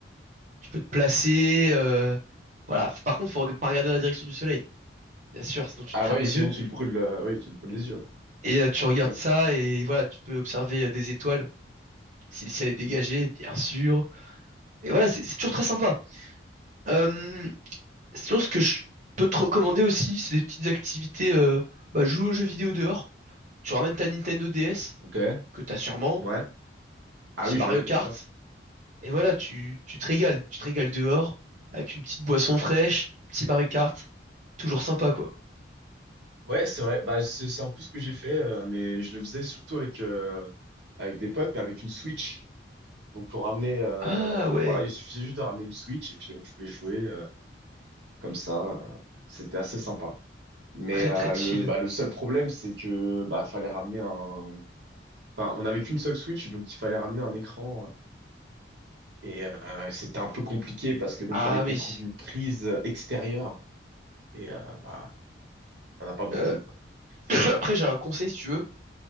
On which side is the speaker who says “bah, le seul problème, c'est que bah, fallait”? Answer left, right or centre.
Right